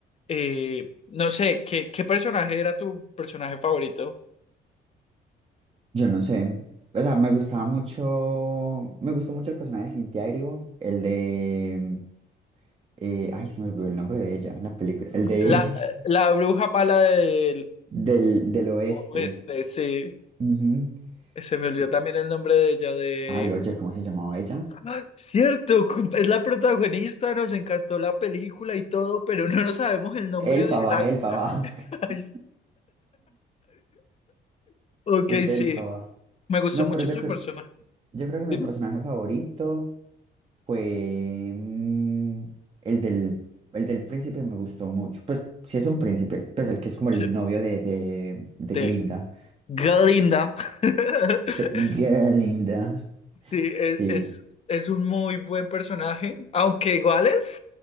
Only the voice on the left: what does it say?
Eh, no sé, ¿qué, qué personaje era tu personaje favorito?
La,
la bruja mala del
oeste, sí.
Se me olvidó
también el nombre de ella, de...
¡Ah! Cierto, cum- es la protagonista, nos encantó la película y todo, pero no nos sabemos el nombre
de la...
<laughs>
Ay, Ok,
sí,
Me gustó
mucho
su
personaje
Dime.
sí,
de
Galinda. <laughs>
Sí, es,
es, es un muy buen personaje, aunque igual es,